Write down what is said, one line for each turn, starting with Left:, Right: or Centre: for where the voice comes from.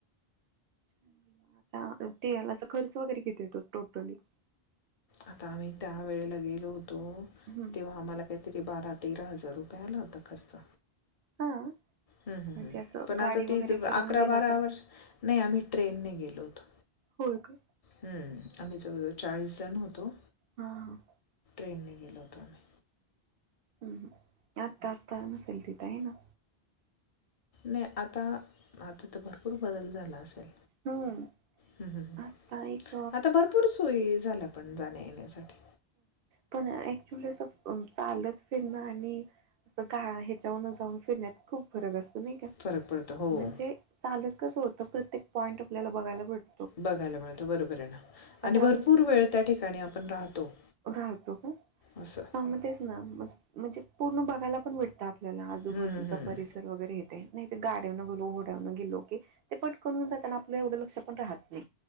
Right: छान, आता तेला अस खर्च वगैरे किती येतो टोटली.
Left: आता आम्ही त्या वेळेला गेलो होतो,
Right: हम्म
Left: तेव्हा आम्हाला काहीतरी बारा तेरा हजार रुपया आला होता खर्च.
Right: हा.
Left: हम्म हम्म
Right: म्हणजे
Left: हम्म,
Right: असं
Left: पण आता
Right: गाडी
Left: ती
Right: वगैरे करून
Left: अकरा
Right: गेला
Left: बारा
Right: होता
Left: वर्ष नाही आम्ही ट्रेनने गेलो होतो.
Right: होय का?
Left: हम्म, आम्ही जवळ चाळीस जण होतो.
Right: ह ह.
Left: ट्रेनने गेलो होतो आम्ही
Right: हम्म हम आता आता नसेल तिथे हाय ना
Left: नाही आता आता तर भरपूर बदल झाला असेल
Right: हम्म
Left: हं, हं, हं.
Right: आता एक
Left: आता भरपूर सोयी झाल्या पण जाण्या येण्यासाठी
Right: पण ऍक्च्युली असं चालत फिरणं आणि अस गाडी ह्याच्यावरन जाऊन फिरण्यात खूप फरक असत नाही का
Left: फरक पडतो. हो.
Right: म्हणजे चालत कस होतं प्रत्येक पॉईंट आपल्याला बघायला पडत.
Left: बघायला मिळत बरोबर आहे ना
Right: का
Left: आणि
Right: तर
Left: भरपूर
Right: आपण
Left: वेळ त्या ठिकाणी आपण राहतो.
Right: राहतो
Left: असं.
Right: ना तेच ना म्हणजे पूर्ण बघायला पण भेटत आपल्याला आजूबाजूचा
Left: हं, हं, हं.
Right: परिसर वगैरे येत आहे, नाही ते गाड्यावरण गेलो, घोड्यानंवरण गेलो. ते पटकन होऊन जातना आपलं एवढं लक्ष पण राहत नाही